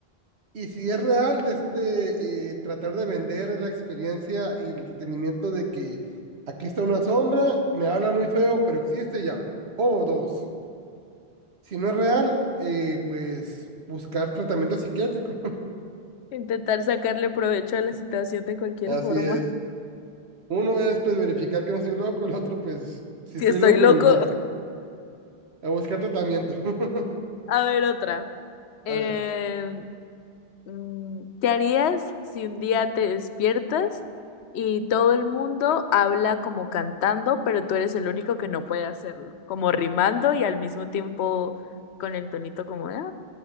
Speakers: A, on the right; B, on the left.
A: y si es real, de este, eh, tratar de vender la experiencia y el entretenimiento de que aquí está una sombra, me habla muy feo, pero existe y habla. O dos, si no es real, eh, pues buscar tratamiento psiquiátrico.
B: Intentar sacarle provecho a la situación de
A: <laughs>
B: cualquier
A: Así
B: forma.
A: es.
B: <laughs>
A: Uno es pues verificar que no estoy loco, el otro pues si
B: Si
A: estoy
B: estoy
A: loco
B: loco.
A: ni modo,
B: <laughs>
A: a buscar tratamiento. <laughs>
B: A ver, otra. em,
A: A ver,
B: Mm, ¿Qué harías si un día te despiertas y todo el mundo habla como cantando, pero tú eres el único que no puede hacerlo? Como rimando y al mismo tiempo con el tonito como, "Ah".